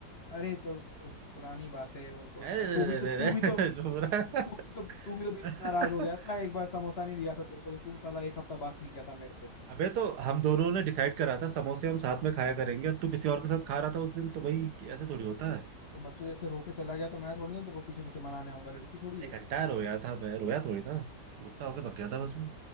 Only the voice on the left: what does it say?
अरे चलो वो तो पुरानी बात है वो तो
तू भी तो
तू
भी
तो
तू भी तो तू भी तो बीच
में नाराज हो गया था एक बार समोसा नहीं दिया था तेरे को तो तू साला एक हफ्ता बात नहीं किया था मेरे से
तो बच्चों जैसे रो के चला गया तो मैं थोड़ी ना तेरे को पीछे पीछे मनाने आऊंगा लड़की थोड़ी है